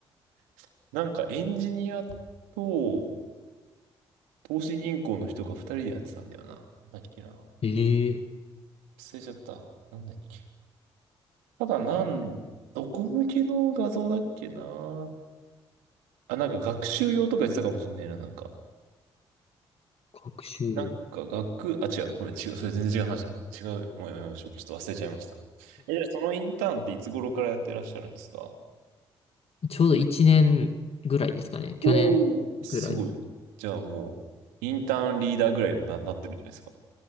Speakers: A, on the right (about 80°); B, on the left (about 45°).
A: <laughs> なんか、エンジニアと、投資銀行の人が二人でやってたんだよな。なんだっけな。
B: ええ
A: 忘れちゃった。なんだっけ。ただなん、どこ向けの画像だっけな。あ、なんか学習用とか言ってたかもしんないな、なんか。
B: 学習用。
A: なんか学、あ、違う、これ違う、それ全然違う話だ。違う、もうやめましょう。ちょっと忘れちゃいました。え、じゃあそのインターンっていつ頃からやってらっしゃるんですか
B: ちょうど1年ぐらいですかね。去年ぐらい。
A: おおー、すごい。じゃあもう、インターンリーダーぐらいにな、なってるんじゃないですか。